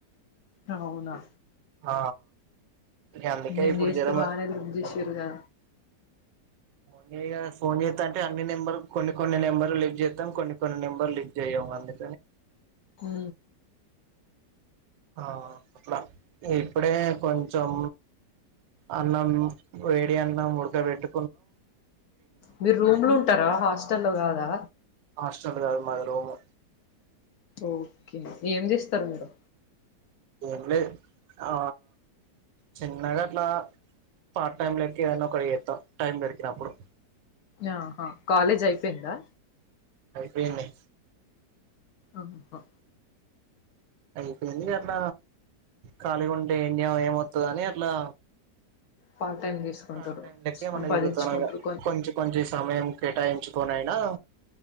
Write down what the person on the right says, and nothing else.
ఆ ఇక అందుకే
ఇప్పుడు
జ్వరం
ఫోన్ చేయా ఫోన్ చేస్తా అంటే అన్ని నెంబర్ కొన్ని కొన్ని నెంబర్ లిఫ్ట్ చేస్తాం కొన్ని కొన్ని నెంబర్ లిఫ్ట్ చే్యము అందు
ఆ అట్లా ఇప్పుడే కొంచెం అన్నం వేడి అన్నం ముడ్కబట్టు
హాస్టల్ కాదు మాది రూము
ఏం లేదు ఆ చిన్నగా అట్లా పార్ట్ టైమ్ లోకి ఏదనా ఒకటి చేస్తాం టైం దరికినప్పుడు
అయిపోయింది
అయిపోయింది అట్ల ఖాళీగా ఉంటే ఏం వస్తదని అట్లా
ఆ
పార్ట్ టైం లాగా
తిరుగుతాను కొంచెం కొంచె సమయం కేటాయించుకనియినా